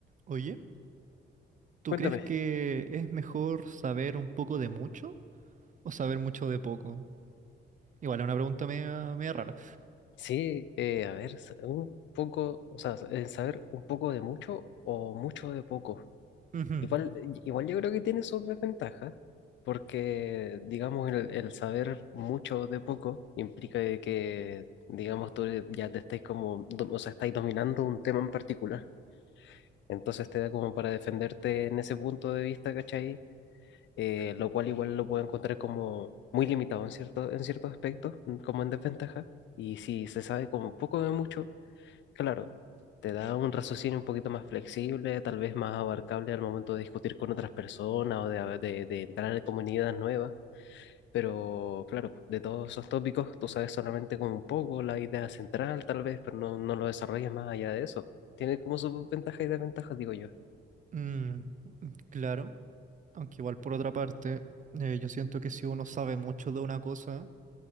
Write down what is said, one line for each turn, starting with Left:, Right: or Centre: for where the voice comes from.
Right: Oye, ¿tú
Left: Cuéntame.
Right: crees que es mejor saber un poco de mucho o saber mucho de poco? Igual es una pregunta media, media rara.
Left: Sí, eh, a ver, sa- un poco, o sea, sa- en saber un poco de mucho o mucho de poco.
Right: Ujú,
Left: Igual, y- igual yo creo que tiene sus desventajas, porque, digamos, el, el saber mucho de poco implica de que, digamos, tú ya te estáis como, do- o sea, estáis dominando un tema en particular. Entonces te da como para defenderte en ese punto de vista, ¿cachai? eh, lo cual igual lo puedo encontrar como muy limitado en cierto, en ciertos aspectos, mm, como en desventaja. Y si se sabe como poco de mucho, claro, te da un raciocinio un poquito más flexible, tal vez más abarcable al momento de discutir con otras personas o de, de, de entrar en comunidades nuevas. Pero claro, de todos esos tópicos tú sabes solamente como un poco la idea central, tal vez, pero no, no lo desarrollas más allá de eso. Tiene como sus ventajas y desventajas, digo yo.
Right: mm, claro, aunque igual por otra parte, eh, yo siento que si uno sabe mucho de una cosa,